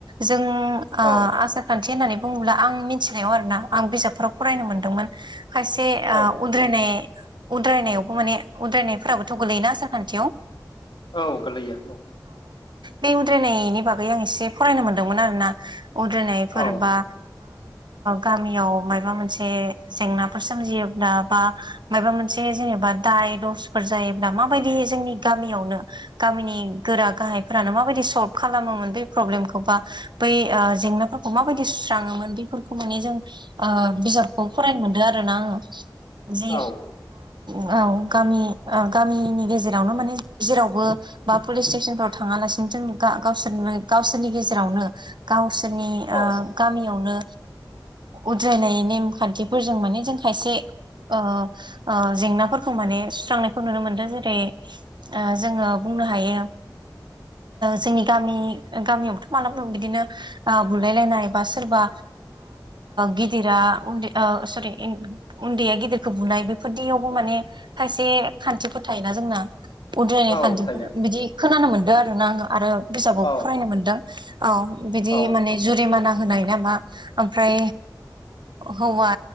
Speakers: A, on the right (about 70°); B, on the left (about 80°).
A: जों ओ
B: औ
A: आसार खान्थि होननानै बुङोब्ला आं मिथिनायाव आरोोना आं बिजाबफोराव फरायनो मोनदोंमोन खायसे
B: औ
A: उद्रायनाय उद्रायनायावबो माने उद्रायनायफोराबोथ' गोलैयोना आसारखान्थियाव
B: औ गलैया औ
A: बे उद्रायनायनि बागै आं एसे फरायनो मोनदोंमोन आरो ना उद्रायनायफोर
B: औ
A: बा गामियाव माबा मोनसे जेंनाफोर सोमजियोब्ला बा माबा मोनसे जे जेनेबा दाय दसफोर जायोब्ला माबायदि जोंनि गामियावनो गामिनि गोरा गाहायफोरानो माबायदि खालामोन बब्लेमखौ बा बै जेंनाफोरखौ म बायदि सुस्राङोमोन बे माने जों बिजाबखौ फरायनो मोनदों आरोोना आङो जि
B: औ
A: औ गामि गामिनि गेजेरावनो माने जेरावबो बा पुलिस स्टेसनफ्राव थाङालासिनो जों गावसोरनो गावसोरनि गेजेरावनो गावसोरनि
B: औ
A: गामियावनो उद्रायनाय नेम खान्थिफोरजों माने जों खायसे ओ ओ जेंनाफोरखै खौ माने सुस्रांनायखौ नुनो मोनदों जेरै जोङो बुंनो हायो जोंनि गामि गामियावथ' मालाबङ बिदिनो बुलायलायनाय बा सोरबा गिदिरा उन्दै सरि उन्दैया गिदिरखौ बुनाय बेफोरदियावबो माने खायसे खान्थिफोर थायोना जोंना उद्रायनाय
B: औ
A: खान्थिफोर
B: थायो
A: बिदि खोनानो मोन आरोना आङो आरो बिजाबाव
B: औ
A: फरायनो मोनदों औ बिदि
B: औ
A: मान जुरिमाना होनाय नामा ओमफ्राय हौवा